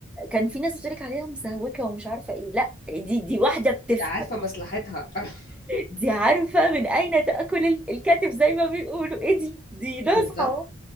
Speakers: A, in the centre; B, on the left (about 45°).
A: كان في ناس بتقولك عليها مسهوكه ومش عارفه ايه لا دي دي واحده بتفهم
B: عارفة مصلحتها <laughs>
A: دي عارفه من اين تاكل ال- الكتف زي ما بيقولوا ايه دي دي ناصحه
B: بالضبط.